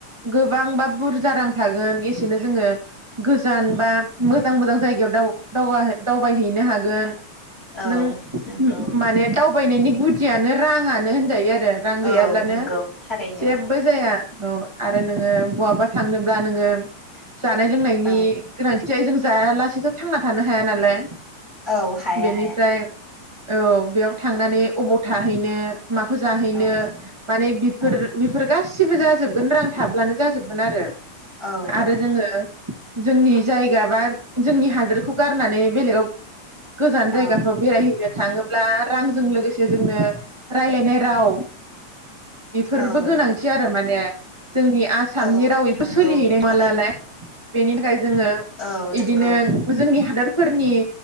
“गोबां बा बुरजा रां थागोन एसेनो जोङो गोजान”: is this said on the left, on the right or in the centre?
Right